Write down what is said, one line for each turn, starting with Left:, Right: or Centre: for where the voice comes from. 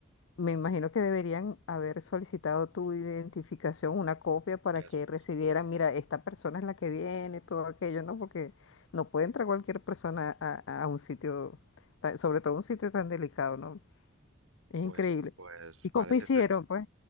Left: Me imagino que deberían haber solicitado tu identificación, una copia para
Right: Eso
Left: que recibieran,
Right: es.
Left: mira, esta persona es la que viene, todo aquello, ¿no? Porque no puede entrar cualquier persona a, a un sitio, ta- sobre todo un sitio tan delicado, ¿no? Es
Right: Pues
Left: increíble.
Right: pues
Left: ¿Y
Right: parece
Left: cómo hicieron,
Right: ser
Left: pues?